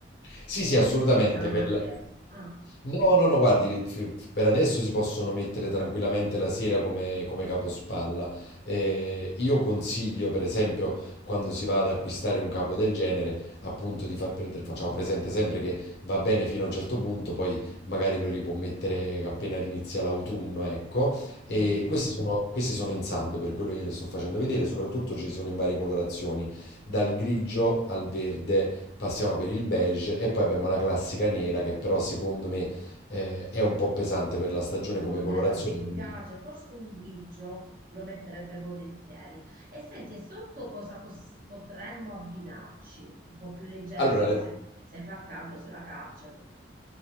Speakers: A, on the left; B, on the right.
A: sì,
B: Lo
A: sì,
B: vedo
A: assolutamente.
B: un po' pesante.
A: Per la-
B: Ah,
A: No, no, no, guardi, f- f- per adesso si possono mettere tranquillamente la sera come, come capospalla. Eh, io consiglio, per esempio, quando si va ad acquistare un capo del genere, appunto di far pre- facciamo presente sempre che va bene fino a un certo punto, poi magari lo ripuò mettere appena inizia l'autunno, ecco. E
B: mm.
A: questi sono, questi sono in saldo, per quello gliele sto facendo vedere, soprattutto ci sono in varie colorazioni, dal grigio al verde passiamo per il beige e poi abbiamo la classica nera che però secondo me eh, è un po' pesante per la stagione
B: No,
A: come
B: nero
A: colorazione.
B: non mi
A: quindi-
B: piace, forse un grigio lo metterebbe volentieri. E senti, e sotto cosa pos- potremmo abbinarci? Un po' più leggero,
A: Allora,
B: così
A: le-
B: se, se fa caldo se la caccia. ecco.